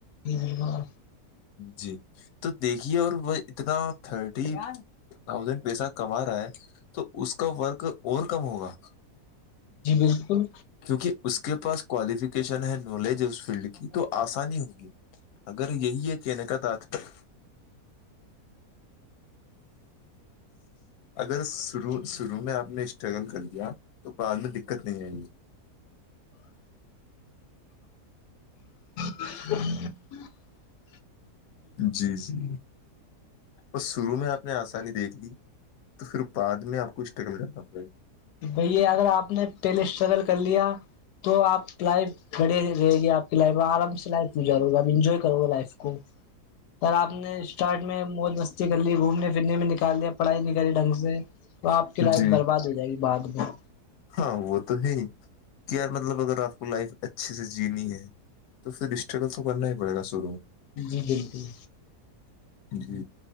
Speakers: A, on the left; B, on the left.
A: جیار
B: جی تو دیکھیے اور وہ اتنا تھرٹی تھاؤزینڈ پیسہ کما رہا ہے تو اس کا ورک اور کم ہوگا
A: جی بالکل
B: کیونکہ اس کے پاس کوالیفکیشن ہے نالج اس فیلڈ کی تو آسانی ہوگی اگر یہی ہے کہنے کا تت تک اگر شروع شروع میں آپ نے اسٹرگل کر لیا تو بد میں دقت نہیں آئے گی
A: ہ
B: جی جی اور شروع میں آپ نے آسانی دیکھ لی تو پھر بعد میں آپ کو اسٹرگل کرنا پڑے گا
A: بییا اگر آپ نے پہلے اسٹرگل کر لیا تو آپ لائف کھڑے رہے گی آپ کی لائف میں آرام سے لائف گو آپ انجوائے کرو گا لائف کو پر آپ نے اسٹارٹ میں مو م کر لی گھومنے پھرنے میں نکال لیا پڑھائی نکالی ڈھنگ سے تو آ
B: گا
A: کی لائف
B: جی
A: برباد ہو جائے گی بعد میںھر
B: ہاں وہ تو ہے ہی کہ یار مطلب اگر آپ کو لائف اچھے سے جینی ہے تو پھر ڈسٹرگل تو کرنا ہی پڑ گا شروع میں
A: جی بالکل
B: جی